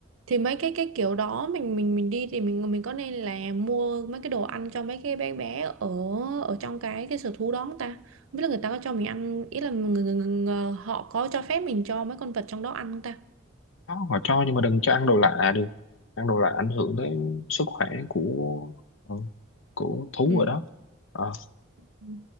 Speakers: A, on the right; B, on the left.
A: thì mấy cái cái kiểu đó mình mình mình đi thì mình mình có nên là mua mấy cái đồ ăn cho mấy cái bé bé ở ở trong cái cái sở thú đó không ta không biết là người ta có cho mình ăn ý là người, người, người, người họ có cho phép mình cho mấy con vật trong đó ăn không ta
B: Đó, họ cho nhưng mà đừng cho ăn đồ lạ được ăn đồ lạ ảnh hưởng tới sức khỏe của ừ, của thú
A: ừ.
B: ở đó Ờ,
A: Ừ.